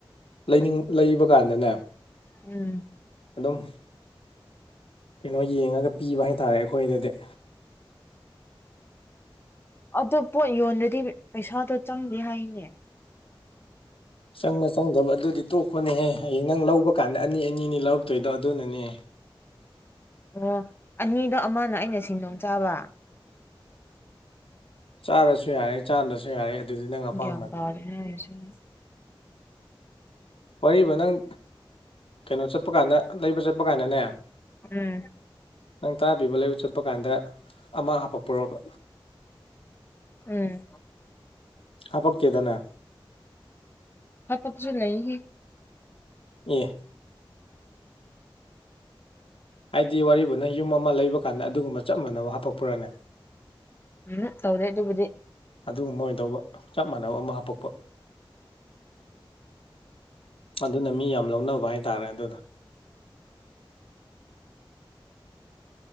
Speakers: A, on the left; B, on the left.
A: ꯂꯩꯅꯤꯡ ꯂꯩꯕ ꯀꯥꯟꯗꯅꯦ
B: ꯎꯝ
A: ꯑꯗꯨꯝ ꯀꯩꯅꯣ ꯌꯦꯡꯉꯒ ꯄꯤꯕ ꯍꯥꯏꯇꯥꯔꯦ ꯑꯩꯈꯣꯏꯗꯗꯤ
B: ꯑꯗꯨ ꯄꯣꯠ ꯌꯣꯟꯗꯗꯤ ꯄꯩꯁꯥꯗꯣ ꯆꯪꯗꯦ ꯍꯥꯏꯅꯦ
A: ꯆꯪꯕ ꯆꯪꯗꯕ ꯑꯗꯨꯗꯤ ꯇꯣꯛꯄꯅꯦꯍꯦ ꯍꯌꯦꯡ ꯅꯪ ꯂꯧꯕ ꯀꯥꯟꯗ ꯑꯅꯤ ꯑꯅꯤ ꯑꯅꯤ ꯂꯧꯔꯛꯇꯣꯏꯗꯣ ꯑꯗꯨꯅꯅꯦ
B: ꯑꯣ ꯑꯅꯤꯗꯣ ꯑꯃꯅ ꯑꯩꯅ ꯁꯤꯁꯤꯡꯗꯣꯡ ꯆꯥꯕ
A: ꯆꯥꯔꯁꯨ ꯌꯥꯔꯦ ꯆꯥꯗ꯭ꯔꯁꯨ ꯌꯥꯔꯦ ꯑꯗꯨꯗꯤ ꯅꯪ ꯑꯄꯥꯝꯕꯅꯤ
B: ꯒ꯭ꯌꯜ ꯇꯗꯦꯅꯦ <unintelligible>
A: ꯋꯥꯔꯤꯕ ꯅꯪ ꯀꯩꯅꯣ ꯆꯠꯄ ꯀꯥꯟꯗ ꯂꯩꯕ ꯆꯠꯄ ꯀꯥꯟꯗꯅꯦ
B: ꯎꯝ
A: ꯅꯪ ꯇꯔꯥ ꯄꯤꯕ ꯂꯩꯕ ꯆꯠꯄ ꯀꯥꯟꯗ ꯑꯃ ꯍꯥꯞꯄꯛꯄꯣꯔꯣꯕ
B: ꯎꯝ
A: ꯍꯥꯄꯛꯇꯦꯗꯅ
B: ꯊꯕꯛꯁꯨ ꯂꯩꯍꯤ
A: ꯌꯦ ꯍꯥꯏꯗꯤ ꯋꯥꯔꯤꯕꯅ ꯌꯨꯝ ꯑꯃ ꯂꯩꯕ ꯀꯥꯟꯗ ꯑꯗꯨꯒꯨꯝꯕ ꯆꯞ ꯃꯥꯟꯅꯕ ꯍꯥꯄꯛꯄꯔꯅꯦ
B: ꯎꯝ ꯇꯧꯔꯦ ꯑꯗꯨꯕꯨꯗꯤ
A: ꯑꯗꯨꯒꯨꯝꯕ ꯑꯣꯏꯅ ꯇꯧꯕ ꯆꯞ ꯃꯥꯟꯅꯕ ꯑꯃ ꯍꯥꯞꯄꯛꯄ ꯑꯗꯨꯅ ꯃꯤ ꯌꯥꯝ ꯂꯧꯅꯕ ꯍꯥꯏꯇꯥꯔꯦ ꯑꯗꯨꯗ